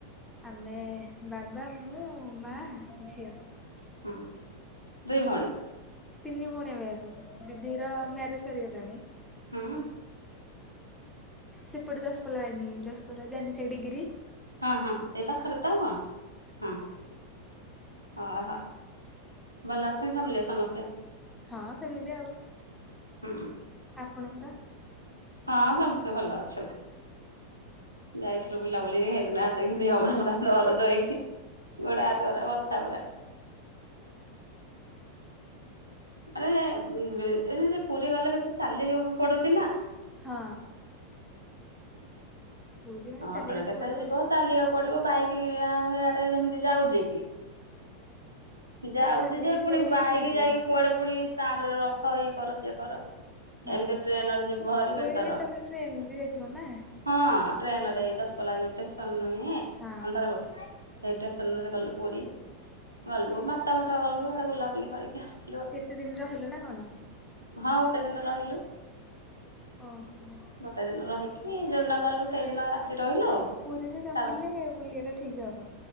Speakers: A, in the centre; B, on the right.
A: ଆମେ ବାବା ମୁଁ ମା ଝିଅ।
B: ହୁଁ ଦୁଇ ଭଉଣୀ।
A: ତିନି ଭଉଣୀ ଆମେ ଦିଦିର ମ୍ୟାରେଜ ସରିଗଲାଣି।
B: ହଁ।।
A: ସେପଟେ ଦଶପଲା ଜାନି ଦଶପଲା ଜାାନି ସେଇ ଡିଗିରି।।
B: ହଁ ହଁ ଏବେ ପାଖରେ ତ ହଉ ହଁ। ହଁ ହଉ ଭଲ ଅଛନ୍ତି ଫାମିଲେ ରେ ସମସ୍ତେ।
A: ହଁ ସେମିତି ଆଉ
B: ହୁଁ
A: ଆପଣ।
B: ହଁ ସମସ୍ତେ ଭଲ ଅଛନ୍ତୀ। ଯାଇଥିଲୁ ବୁଲାବୁଲି ସେଇଦିନ ଆସି <unintelligible> ଯାଇକି। ଗୋଡା ହାତ ଗୁରା ବଥା ପୁରା। ଆରେ ଉଁ ବେ ଏ ପୁରୀ ଗଲେ ବେଶୀ ଚାଲି ବାକୁ ପଡୁଛି ନା।
A: ହଁ। ପୁରୀ ମାନେ
B: ହଁ
A: ଚାଲିବାକୁ
B: ଅଟୋରେ କେତେ
A: ପଡିବ
B: ଯିବ
A: ଆଉ
B: ଚାଲିବାକୁ ପଡିବ ବାଇକ ଇଆଡେ ଯେମତି ଯାଉଛି କି। ଯାଉଛି
A: ନା ଚାଲିକି
B: ଯେ ପୁଣି
A: ଯିବାଟା ହିଁ
B: ବାଇକ
A: ଠିକ।
B: ଯାଇକି କୁଆଡେ ପୁଣି ଷ୍ଟାଣ୍ଡ ରେ ରଖ ଇଏ କର ସିଏ କର।
A: ହଁ।
B: ଏମିତି ଟ୍ରେନରେ ଯିବ ଭାରି
A: ପୁଣି
B: ବେଟର।
A: ବି ତମେ ଟ୍ରେନ ବି ଯାଇଥିବ ନା?
B: ହଁ ଟ୍ରେନରେ ଏଇ ଦଶ ପଲା ଯୋଉ ଷ୍ଟେସନ ନୁହେଁ
A: ହଁ।
B: ଅନ୍ଧାରକୋଟ। ସେଇ ଷ୍ଟେସନରୁୁ ଗଲୁ ପୁରୀ ଗଲୁ ମାତା ମଠ ଗଲୁ ଆଡେ ବୁଲାବୁଲି କରିକି ଆସ।
A: କେତେ ଦିନି ରହିଲ ନା କଣ।
B: ହଁ ଗୋଟେ ଦିନ ରହିଲୁ।
A: ଓ ହୋ।
B: ଗୋଟେ ଦିନ ରହିକି ଯେଉଁଦିନ ଗଲୁ ସେଇଦିନ ରାତି ରହିଲୁ।
A: ପୁରୀରେ ରହିଲେ
B: ତା ବା
A: ବୁଲିବା ଟା ଠିକ ହବ